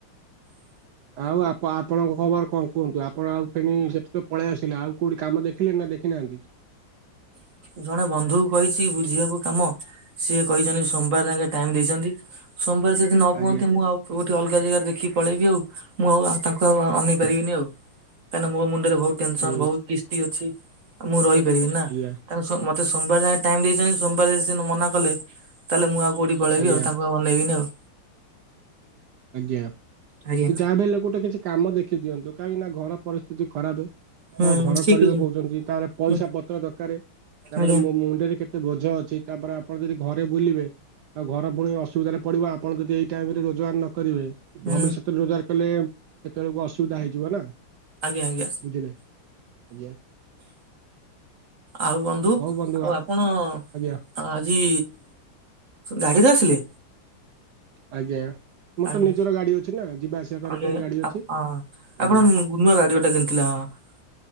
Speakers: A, on the right; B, on the right.
A: ଆଉ ଆପ ଆପଣଙ୍କ ଖବର କଣ କୁହନ୍ତୁ ଆପଣ ଆଉ ଫେଣି ସେଠେ ତ ପଳେଇ ଆସିଲେ ଆଉ କୋଉଠି କାମ ଦେଖିଲେ ନା ଦେଖିନାହାନ୍ତି।
B: ଜଣେ ବନ୍ଧୁକୁ କହିଛି ବୁଝିବାକୁ କାମ। ସିଏ କହିଛନ୍ତି ସୋମବାର ଯାଙ୍କେ ଟାଇମ ଦେଇଛନ୍ତି ସୋମବାର ଯଦି ନ
A: ଆଜ୍ଞା
B: କୁହନ୍ତି ମୁଁ ଆଉ କୋଉଠି ଅଲଗା ଜାଗାରେ ଦେଖି ପଳେଇବି ଆଉ ମୁଁ ଆଉ ତାଙ୍କୁ ଆଉ ଅନେଇ ପାରିବିନି ଆଉ। କାହିଁକିନା ମୋ ମୁଣ୍ଡରେ ବହୁତ ଟେନସନ
A: ହୁଁ
B: ବହୁତ କିସ୍ତି ଅଛି ଆଉ ମୁଁ ରହିପାରିବି ନା।
A: ଆଜ୍ଞା
B: ତାଙ୍କୁ ମତେ ସୋମବାର ଯାକେ ଟାଇମ ଦେଇଛନ୍ତି ସୋମବାର ଯଦି ମନା କଲେ ତାହେଲେ ମୁଁ ଆଉ କୋଉଠି ପଳେଇବି
A: ଆଜ୍ଞା
B: ଆଉ ତାଙ୍କୁ ଆ ଅନେଇବିନି ଆଉ।
A: ଆଜ୍ଞା
B: ଆଜ୍ଞା
A: ଯାହାବି ହେଲେ ଗୋଟେ କିଛି କାମ ଦେଖି ଦିଅନ୍ତୁ କାହିଁକି ନା ଘର ପରିସ୍ଥିତି ଖରାପ।
B: ହୁଁ
A: କଣ ଘର
B: ଠିକ
A: କରିବ
B: ଅଛି।
A: କହୁଛନ୍ତି ତାପରେ ପଇସା
B: ହୁଁ
A: ପତ୍ର ଦରକାର ତାପରେ
B: ଆଜ୍ଞା
A: ମୋ ମୁଣ୍ଡରେ କେ କେତେ ବୋଝ ଅଛି ତାପରେ ଆପଣ ଯଦି ଘରେ ବୁଲିବେ ଆଉ ଘର ପୁଣି ଅସୁବିଧାରେ ପଡ଼ିବ ଆପଣ ଯଦି ଏଇ ଟାଇମ ରେ ରୋଜଗାର ନ କରିବେ
B: ହୁଁ
A: ଭବିଷ୍ୟତରେ ରୋଜଗାର କଲେ ସେତେବେଳକୁ ଅସୁବିଧା ହେଇଯିବ ନା।
B: ଆଜ୍ଞା ଆଜ୍ଞା
A: ବୁଝିଲେ ଆଜ୍ଞା।
B: ଆଉ ବନ୍ଧୁ
A: ହଉ
B: ଆଉ
A: ଆ
B: ଆପଣ
A: ଆଜ୍ଞା
B: ଆଜି ଗାଡିରେ ଆସିଲେ?
A: ଆଜ୍ଞା। ମୋର ତ
B: ଆଜ୍ଞା।
A: ନିଜର ଗାଡି ଅଛି ନା ଯିବା ଆସିବା କରିବା
B: ଆଜ୍ଞା
A: ପାଇଁ
B: ଆଜ୍ଞା
A: ଗାଡି ଅଛି
B: ଆପ
A: ଆଜ୍ଞା।
B: ହଁ ଆପଣ ନୂଆ ଗାଡି ଗୋଟେ କିଣିଥିଲେ ହଁ